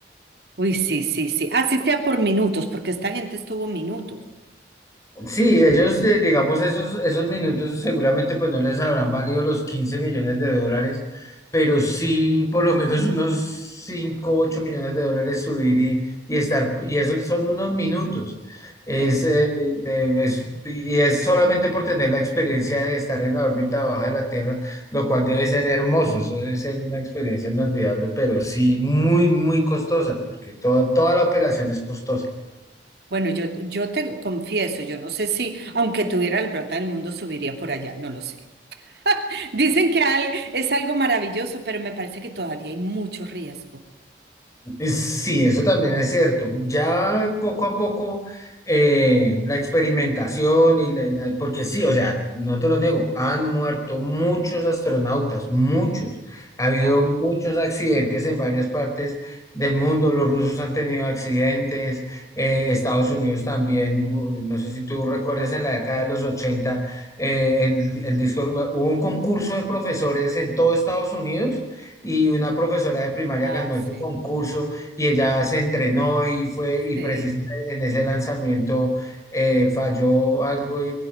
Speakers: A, on the right; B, on the left.
A: Uy, sí, sí, sí. Así sea por minutos, porque esta gente estuvo minutos.
B: Sí, ellos, eh, digamos, esos, esos minutos seguramente pues no les habrán valido los 15 millones de dólares, pero sí por lo menos unos 5 8 millones de dólares subir y, y estar, y eso son unos minutos. Es,
A: Sí.
B: eh, eh, es- y es solamente por tener la experiencia de estar en la órbita baja de la Tierra, lo cual debe ser hermoso, eso debe ser una experiencia inolvidable, pero sí muy, muy costosa, porque todo- toda la operación es costosa.
A: Bueno, yo, yo te confieso, yo no sé si, aunque tuviera el plata del mundo, subiría por allá, no lo sé. <laughs> Dicen que al- es algo maravilloso, pero me parece que todavía hay mucho riesgo.
B: Eh, Sí, eso también es cierto. Ya poco a poco eh, la experimentación y la- la- porque sí, o sea, no te lo niego, han muerto muchos astronautas, muchos. Ha habido
A: Ya.
B: muchos accidentes en varias partes del mundo. Los rusos han tenido accidentes, eh, Estados Unidos también. u- No sé si tú recuerdas en la década de los 80 eh, el, el disco, hubo un concurso de profesores en todo Estados Unidos y una profesora de primaria
A: Ah,
B: ganó
A: sí,
B: ese concurso y ella se entrenó y fue, y
A: sí,
B: precisamente en ese lanzamiento eh, falló algo y,